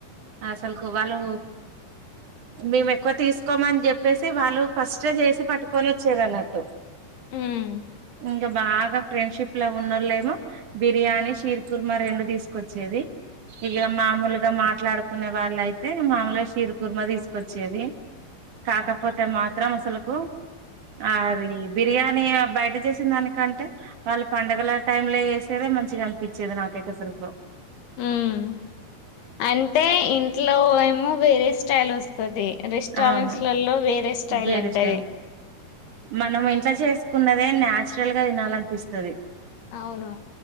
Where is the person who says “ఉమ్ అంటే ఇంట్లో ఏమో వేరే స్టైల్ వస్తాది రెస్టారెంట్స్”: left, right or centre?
Left